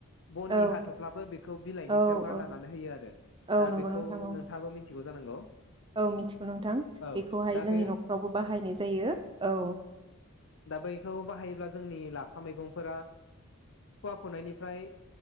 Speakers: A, on the left; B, on the right.
A: बननि
B: औ
A: हाथफ्लाफोर बेखौ बिलाइनि
B: औ
A: सायाव गारलानानै
B: औ
A: होयो आरो
B: औ
A: दा
B: नंगौ
A: बेखौ
B: नोंथां औ
A: नोंथाङाबो मि मिथिगौ जानांगौ
B: औ मिथिगौ नोंथां
A: औ
B: बेखौहाय
A: दा
B: जोंनि
A: बे
B: नखरावबो बाहायनाय जायो औ
A: दा बैखौ बाहायोब्ला जोंनि लाफा मैगंफोरा खुवा खुनायनिफ्राय